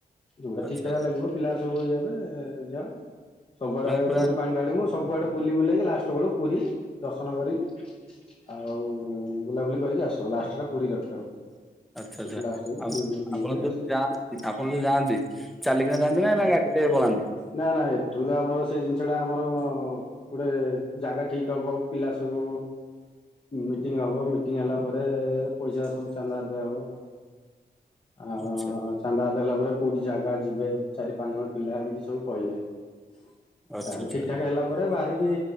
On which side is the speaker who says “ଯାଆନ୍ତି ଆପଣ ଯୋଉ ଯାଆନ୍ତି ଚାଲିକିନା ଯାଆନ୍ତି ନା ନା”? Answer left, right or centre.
Centre